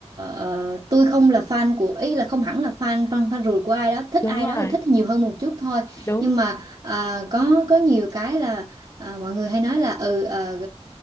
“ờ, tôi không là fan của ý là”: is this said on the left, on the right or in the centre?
Right